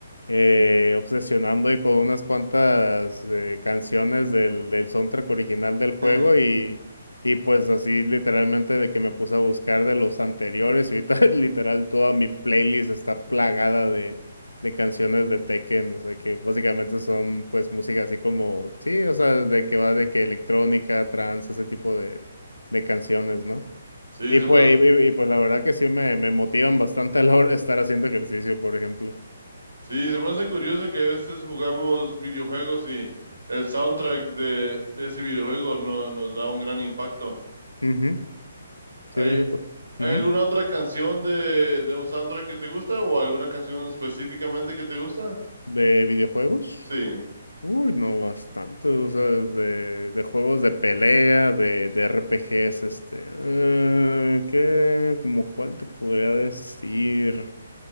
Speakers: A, on the left; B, on the right.
A: eh, obsesionando y con unas cuantas eh, canciones del, del soundtrack original del juego
B: <laughs>
A: y, y pues así literalmente de que me puse a buscar de los anteriores y ahorita <laughs> literal toda mi playlist está plagada de, de canciones de Tekken, o sea que básicamente son pues música así como, sí, o sea, de que va de que electrónica, trance, ese tipo de, de canciones, ¿no?
B: Sí,
A: Y
B: se
A: pues,
B: me hace,
A: y, y- y, pues la verdad que sí me, me motivan bastante a la hora de estar haciendo ejercicio, por ejemplo.
B: sí, se me hace curioso que a veces jugamos videojuegos y el soundtrack de, de ese videojuego no, nos da un gran impacto.
A: Ujú,
B: ¿Hay,
A: Sí, sí, to-
B: hay
A: ujú.
B: alguna otra canción de, de un soundtrack que te gusta o alguna canción específicamente que te gusta?
A: ¿De videojuegos?
B: Sí,
A: Uy, no, bastante. O sea, de, de juegos de pelea, de, de RPGs, este. eh, ¿qué? como cuál te podría decir?